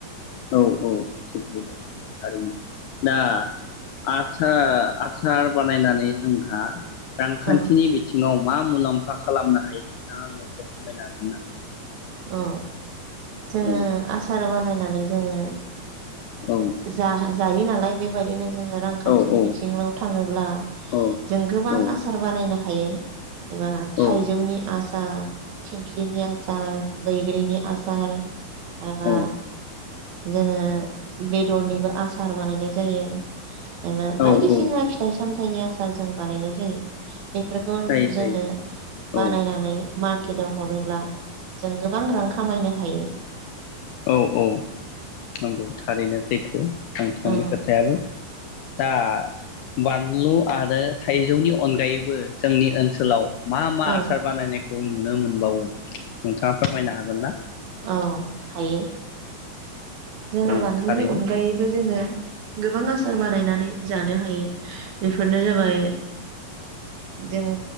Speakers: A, on the left; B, on the right.
A: औ औ थिग बेबादिनो थारैनो। दा आसा-आसार बानायनानै जोंहा रांखान्थिनि
B: औ
A: बिथिङाव मा मुलाम्फा खालामनो हायो नोंथाङा आंनो एसे फोरमायनो हागोन ना?
B: उ। जोङो
A: औ
B: आसार बानाय नानै जोङो
A: औ
B: <unintelligible> जायो नालाय बेबायदिनो जोङो रांखान्थिनि
A: औ
B: बिथिङाव थाङोब्ला
A: औ
B: जों गोबां
A: औ
B: आसार बानायनो हायो। एबा
A: औ
B: थाइजौनि आस सार थिंक्लिनि आसार बैग्रिनि आसार एबा
A: औ
B: जोङो बेदरनिबो आसार बानायनाय जायो। एबा बायदिसिना
A: औ औ
B: फिथाइ सामथा फिथाइनि आसार जों बानायनाय जायो। बेफोरखौ
A: जायो जायो
B: जोङो
A: औ
B: बानायनानै मारक केटआव हरोब्ला जों गोबां रां खामायनो हायो।
A: औ औ नंगौ थारैनो सैथो। थो नोथांनि
B: औ
A: खोथायाबो दा बानलु आरो थाइजौनि अनगायैबो जोंनि ओनसोलाव मा मा
B: औ
A: आसार बानायनाय खौ नुनो मोनबावो? नोंथाङा फोरमायनो हागोन ना?
B: औ हायो। जोङो
A: औ
B: बानलुनि
A: थारैनो
B: अनगायैबो जोङो गोबां आसार बानायनानै जानो हायो बे फोरनो जाबाय जोङो